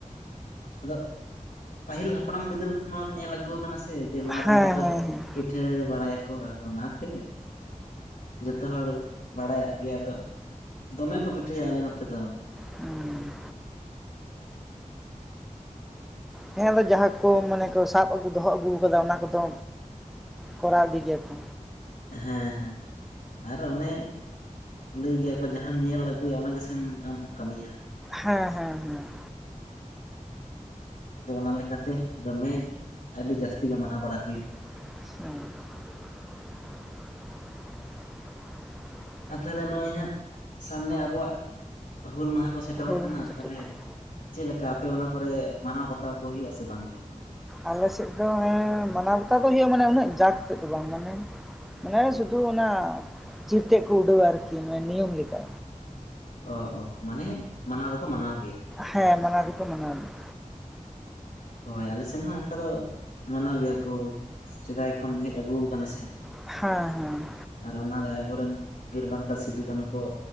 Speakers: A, on the left; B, in the centre.
A: ᱟᱫᱚᱜ ᱯᱟᱹᱦᱤᱞ ᱦᱟᱯᱲᱟᱢ ᱵᱤᱫᱟᱹᱞ ᱠᱷᱚᱱ ᱱᱚᱣᱟ ᱫᱚ ᱧᱮᱞ ᱟᱹᱜᱩᱣ ᱠᱟᱱᱟ ᱥᱮ ᱥᱮ ᱡᱮ ᱱᱚᱣᱟ
B: ᱦᱮᱸ
A: ᱫᱤᱱ ᱨᱮᱫᱚ
B: ᱦᱮᱸ
A: ᱯᱤᱴᱷᱟᱹ ᱵᱟᱲᱟᱭᱟᱠᱚ ᱟᱫᱚ ᱚᱱᱟᱛᱮ ᱡᱷᱚᱛᱚ ᱦᱚᱲ ᱵᱟᱲᱟᱭᱟᱜ ᱜᱮᱭᱟ ᱛᱚ ᱫᱚᱢᱮ ᱠᱚ ᱯᱤᱴᱷᱟᱹᱭᱟ ᱟᱞᱮ ᱱᱚᱛᱮ ᱫᱚ
B: ᱦᱩᱸ ᱦᱮᱸ ᱟᱫᱚ ᱡᱟᱦᱟᱸ ᱠᱚ ᱢᱟᱱᱮ ᱠᱚ ᱥᱟᱵ ᱟᱹᱜᱩ ᱫᱚᱦᱚ ᱟᱹᱜᱩ ᱠᱟᱫᱟ ᱚᱱᱟ ᱠᱚᱫᱚ ᱠᱚᱨᱟᱣ ᱤᱫᱤ ᱜᱮᱭᱟ ᱠᱩ
A: ᱦᱮᱸ ᱦᱮᱸ ᱟᱨ ᱚᱱᱮ ᱞᱟᱹᱭ ᱜᱮᱭᱟ ᱠᱚ ᱡᱟᱦᱟᱸᱢ ᱧᱮᱞ ᱟᱹᱜᱩᱭᱟ ᱚᱱᱟ ᱜᱮᱥᱮᱢ ᱟᱢ ᱦᱚᱸᱢ ᱠᱟᱹᱢᱤᱭᱟ᱾
B: ᱦᱮᱸ ᱦᱮᱸ ᱦᱮᱸ
A: ᱟᱫᱚ ᱚᱱᱟ ᱞᱮᱠᱟᱛᱮ ᱫᱚᱢᱮ ᱟᱹᱰᱤ ᱡᱟᱹᱥᱛᱤ ᱜᱮ ᱢᱟᱱᱟᱣ ᱵᱟᱲᱟ ᱦᱩᱭ
B: <unintelligible>
A: ᱟᱨ ᱛᱟᱦᱞᱮ ᱱᱚᱜᱼᱚᱭ ᱦᱟᱸᱜ ᱥᱟᱢᱱᱮ ᱟᱵᱚᱣᱟᱜ ᱦᱩᱞ ᱢᱟᱦᱟ ᱠᱚ ᱥᱮᱴᱮᱨᱚᱜ
B: ᱦᱩᱞ
A: ᱠᱟᱱᱟ
B: ᱦᱚᱸ ᱥᱮᱴᱮᱨᱚᱜ
A: ᱛᱟᱦᱞᱮ
B: ᱠᱟᱱᱟ
A: ᱪᱮᱫ ᱞᱮᱠᱟ ᱟᱯᱮ ᱚᱱᱟ ᱠᱚᱨᱮ ᱢᱟᱱᱟᱣ ᱵᱟᱛᱟᱣ ᱠᱚ ᱦᱩᱭᱩᱜ-ᱟ ᱥᱮ ᱵᱟᱝ ᱜᱮ?
B: ᱟᱞᱮ ᱥᱮᱫ ᱫᱚ ᱦᱮᱸ ᱢᱟᱱᱟᱣ ᱵᱟᱛᱟᱣ ᱫᱚ ᱦᱩᱭᱩᱜ-ᱟ ᱢᱟᱱᱮ ᱩᱱᱟᱹᱜ ᱡᱟᱠ ᱟᱛᱮᱫ ᱫᱚ ᱵᱟᱝ ᱢᱟᱱᱮ ᱢᱟᱱᱮ ᱥᱩᱫᱷᱩ ᱚᱱᱟ ᱪᱤᱨ ᱛᱮᱫ ᱠᱚ ᱩᱰᱷᱟᱹᱣᱟ ᱟᱨᱠᱤ ᱱᱤᱭᱚᱢ ᱞᱮᱠᱟ᱾
A: ᱚ ᱚ ᱢᱟᱱᱮ ᱢᱟᱱᱟᱣ ᱫᱚᱠᱚ ᱢᱟᱱᱟᱣ ᱜᱮᱭᱟ᱾
B: ᱦᱮᱸ ᱢᱟᱱᱟᱣ ᱫᱚᱠᱚ ᱢᱟᱱᱟᱣ ᱜᱮᱭᱟ᱾
A: ᱦᱳᱭ ᱟᱞᱮ ᱥᱮᱱ ᱦᱚᱸ ᱱᱚᱠᱟ ᱫᱚ ᱢᱟᱱᱟᱣ ᱜᱮᱭᱟ ᱠᱚ ᱥᱮᱫᱟᱭ ᱠᱷᱚᱱ ᱦᱮᱡ ᱟᱹᱜᱩ ᱟᱠᱟᱱᱟ ᱥᱮ
B: ᱦᱮᱸ ᱦᱮᱸ᱾
A: ᱟᱨ ᱚᱱᱟᱨᱮ ᱟᱵᱚᱨᱮᱱ ᱵᱤᱨ ᱵᱟᱱᱴᱟ ᱥᱤᱫᱩ ᱠᱟᱱᱩ ᱠᱚ